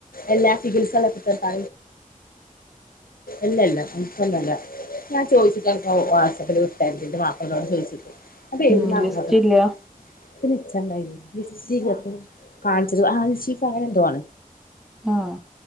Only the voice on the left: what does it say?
എല്ലാ ചികിത്സള്ള <unintelligible> എല്ലല്ല <unintelligible> ഞാൻ ചോയിച്ചിട്ട അനക് വാട്സപ്പിൽ വിട്ടര്ല്ന്റ് ന്റെ മാപ്പളോട് ചോയിച്ചിട്ട്. അതെത്
<unintelligible>
ഇയ്ക്കു നിച്ചണ്ടെയ്ന് <unintelligible> കാണിച്ചത് അൽ ശിഫ അങ്ങനെ എന്തോ ആണ്.